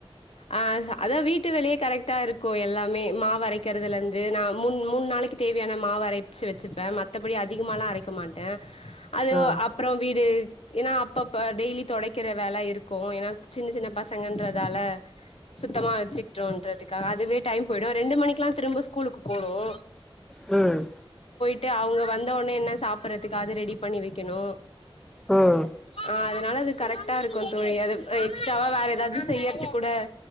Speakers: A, on the left (about 75°); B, in the centre.
A: ஆ அதான் வீட்டு வேலையே கரெக்டா இருக்கு எல்லாமே மாவு அரைக்கிறதுல இருந்து நா முன் மூணு நாளைக்கு தேவையான மாவு அரைச்சு வச்சுப்பேன் மத்தபடி அதிகமாலாம் அரைக்க மாட்டேன் அது
B: ம்
A: அப்றோ வீடு ஏன்னா அப்பப்ப டெய்லி தொடைக்கிற வேலை இருக்கு ஏன்னா சின்ன சின்ன பசங்கன்றதால சுத்தமா வச்சுக்கிட்டோன்றதுக்காக அதுவே டைம் போயிடும் ரெண்டு மணிக்கெல்லாம் திரும்ப ஸ்கூலுக்கு போனும்
B: ம்
A: ட்டு அவங்க வந்தொடனே என்ன சாப்பிடடுறதுக்கு அது ரெடி பண்ணி வைக்கணும்
B: ம்
A: ஆ. அதனால அது கரெக்ட்டா இருக்கும் தோழி அது எக்ஸ்ட்ராவா வேற ஏதாது செய்யட்டு கூட